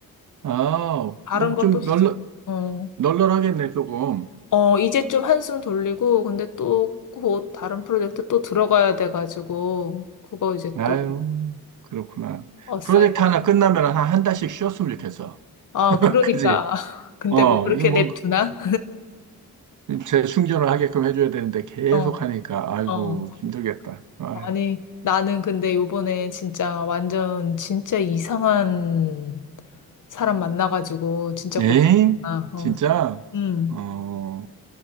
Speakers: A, on the right; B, on the left.
A: 아,
B: 다른 것도
A: 좀
B: 시작.
A: 널널
B: 어,
A: 널널하겠네 조금.
B: 어, 이제 좀 한숨 돌리고, 근데 또 곧 다른 프로젝트 또 들어가야 돼가지고, 그거 이제
A: 아유,
B: 또,
A: 그렇구나.
B: 어싸이.
A: 프로젝트 하나 끝나면 한 한 달씩 쉬었으면 좋겠어.
B: 아,
A: <laughs>
B: 그러니까.
A: 그지?
B: <laughs> 근데
A: 어,
B: 뭐 그렇게
A: 이거 뭐
B: 냅두나?
A: 재충전을 하게끔 해줘야 되는데 계속
B: 어,
A: 하니까 아이고
B: 어.
A: 힘들겠다. 아,
B: 아니, 나는 근데 요번에 진짜 완전, 진짜 이상한 사람 만나가지고 진짜
A: 에이,
B: 고생했구나. 어.
A: 진짜?
B: 음.
A: 어,